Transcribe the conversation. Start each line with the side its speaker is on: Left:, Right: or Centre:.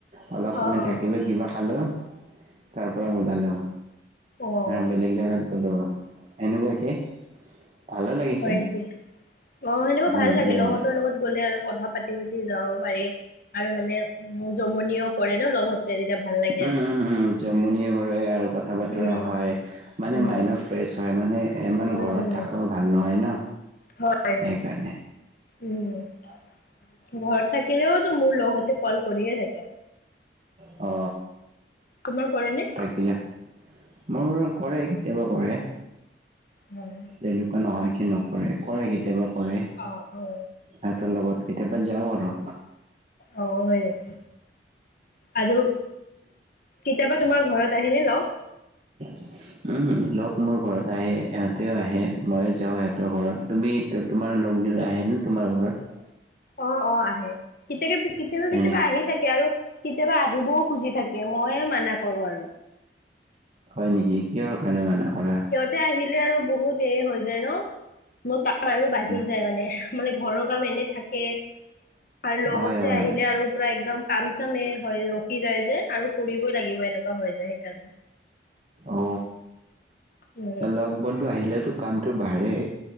Right: অলপ সময়
Left: অঁ অঁ
Right: থাকিলো, কিবা খালো তাৰ পৰা ওলালো।
Left: অঁ
Right: আৰু বেলেগ জাগাত গ'লো এনেকুৱাকে ভালো লাগিছে
Left: হয় নেকি অ সেনেকুৱা
Right: উম,
Left: ভাল লাগে
Right: ইয়ালে
Left: লগহতৰ লগত গ'লে আৰু কথা পাত- তি পাতি যাব পাৰি আৰু মানে উ জমনিও কৰে ন লগহত তে এতিয়া ভাল লাগ
Right: উম উম উম উম জমনি হৰে আৰু কথা বতৰা
Left: উম,
Right: হয় মানে
Left: উম।
Right: মাইণ্ডনো ফ্ৰেছ হয় মানে এ মান
Left: উম,
Right: ঘৰত
Left: উম।
Right: থাকাও ভাল নহয় ন
Left: হয়।
Right: সেইকাৰণে।
Left: উম ঘৰত থাকিলেওতো মোৰ লগহতে কল কৰিয়ে থাকে।
Right: অ।
Left: তোমাৰ কৰেনে?
Right: কিলা, মোৰ কৰে কেতিয়াবা কৰে।
Left: মানে
Right: দেনেকুৱা নহয় কি নকৰে কৰে কেতিয়াবা কৰে।
Left: অ অ।
Right: সেতৰ লগত কেতিয়াবা যাও আৰু।
Left: অ হয় নেকি? আৰু কেতিয়াবা তোমাৰ ঘৰত আহিলে লগ
Right: <inaudible> উম লগ মোৰ ঘৰত আহে ইহঁতেও আহে মই যাওঁ হেতৰ ঘৰত তুমি ত তোমাৰ লগ দিলে আহেনে তোমাৰ ঘৰত?
Left: অ অ আহে কেতিয়াবা কেতিয়াবা
Right: হয়নি
Left: কেতিয়াবা আহি থাকে আৰু কেতিয়াবা আহিবও খুজি থাকে মই মানা কৰো আৰু।
Right: হয় নেকি কিহৰ কাৰণে মানা কৰা?
Left: তে আহিলে আৰু বহুত এ হৈ যায় ন। মই পা- বাৰু বাঢ়ি
Right: উম,
Left: যায় মানে মানে ঘৰৰ কাম এনে থাকে আৰু লগতে
Right: হয়
Left: তে
Right: হয়
Left: আহিলে আৰু পুৰা একদম কাম চামে হয় ৰখি যায় যে আৰু কৰিবই লাগিব এনেকুৱা হৈ যায় সেইকাৰণে।
Right: অ
Left: উম।
Right: লগ বন্ধু আহিলেতো কামটো বাঢ়ে।